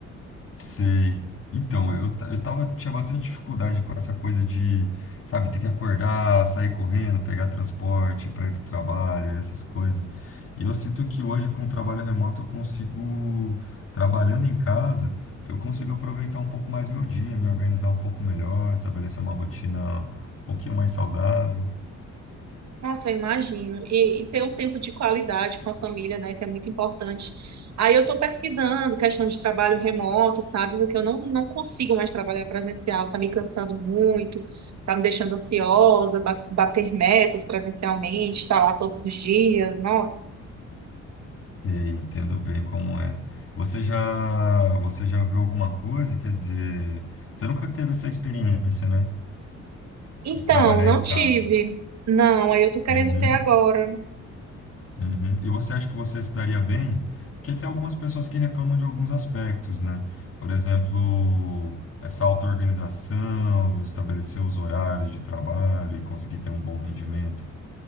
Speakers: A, on the left; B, on the right.
A: Sei. Então, eu, ta- eu tava, tinha bastante dificuldade com essa coisa de, sabe, ter que acordar, sair correndo, pegar transporte para ir pro trabalho, essas coisas. E eu sinto que hoje, com o trabalho remoto, eu consigo, trabalhando em casa, eu consigo aproveitar um pouco mais meu dia, me organizar um pouco melhor, estabelecer uma rotina um pouquinho mais saudável.
B: Nossa, eu imagino. E, e ter um tempo de qualidade com a família, né, que é muito importante. Aí eu estou pesquisando questão de trabalho remoto, sabe? Porque eu não, não consigo mais trabalhar presencial, tá me cansando muito, tá me deixando ansiosa, ba- bater metas presencialmente, estar lá todos os dias, nossa.
A: E entendo bem como é. Você já, você já viu alguma coisa? Quer dizer, você nunca teve essa experiência, né?
B: Então,
A: de trabalhar
B: não
A: em casa.
B: tive. Não, aí eu tô querendo
A: Uhum,
B: ter agora.
A: uhum. E você acha que você se daria bem? Porque tem algumas pessoas que reclamam de alguns aspectos, né? Por exemplo, essa auto-organização, estabelecer os horários de trabalho e conseguir ter um bom rendimento. O